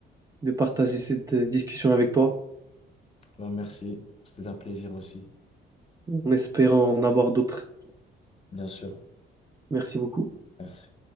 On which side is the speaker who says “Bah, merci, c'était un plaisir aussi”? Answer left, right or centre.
Left